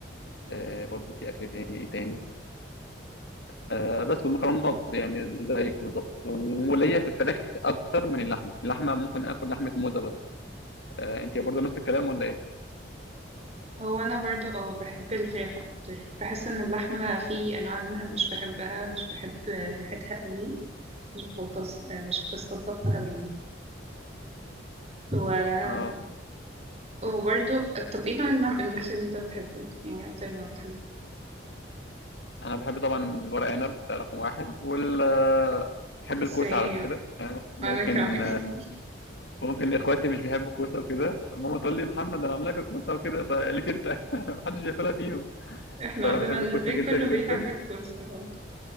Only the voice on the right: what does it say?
هو أنا برضو أه بحب الفراخ أكتر بحس إن اللحمة في أنواع منها مش بحبها مش بحب ريحتها قوي بستلطف مش بستلطفها قوي يعني و...
وبرضو طب إيه نوع الم- المحشي اللي أنت بتحبه؟ يعني أكتر نوع بتحبه؟
same
وأنا كمان
احنا
عندنا البيت
كله
بيحبك بصراحة